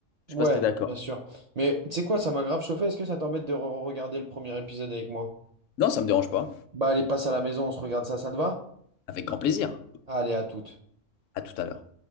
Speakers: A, on the left; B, on the right.
A: Je
B: Ouais,
A: sais pas si t'es d'accord.
B: bien sûr. Mais tu sais quoi, ça m'a grave chauffé. Est-ce que ça t'embête de re regarder le premier épisode avec moi?
A: Non, ça me dérange pas.
B: Bah allez, passe à la maison, on se regarde ça, ça te va?
A: Avec grand plaisir.
B: Allez, à toute.
A: À tout à l'heure.